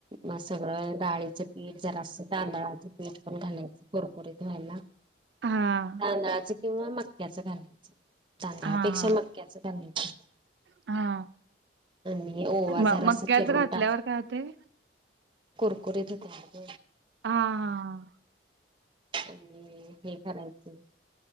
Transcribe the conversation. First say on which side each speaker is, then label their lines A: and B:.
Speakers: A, on the right (about 25°); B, on the right (about 70°).
A: म सगळं डाळीचं पीठ जरा अस तांदळाचे पीठ पण घालायचं कुरकुरीत व्हायला
B: हा
A: तांदळाच किंवा मक्क्याचं घालायचं. तांदळापेक्षा
B: हा हा
A: मक्याचं घालायचं.
B: हा
A: आणि ओवा
B: म
A: जरा
B: मक्याच
A: अस चिरून
B: घातल्यावर
A: टाक
B: काय होतंय
A: कुरकुरीत होेत
B: हा हा हां..
A: आणि हे घालायचं